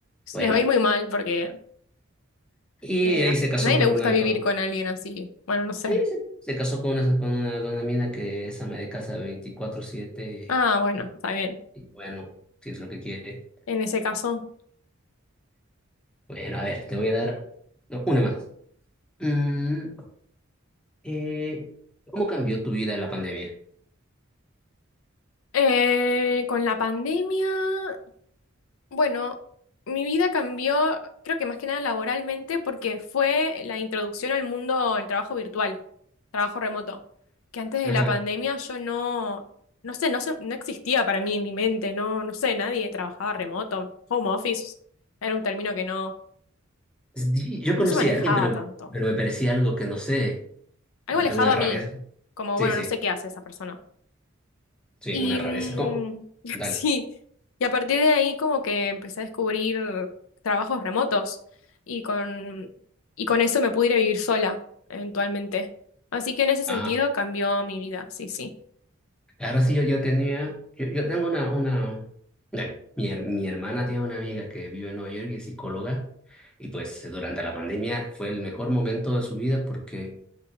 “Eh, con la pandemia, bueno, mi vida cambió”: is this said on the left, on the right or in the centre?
Left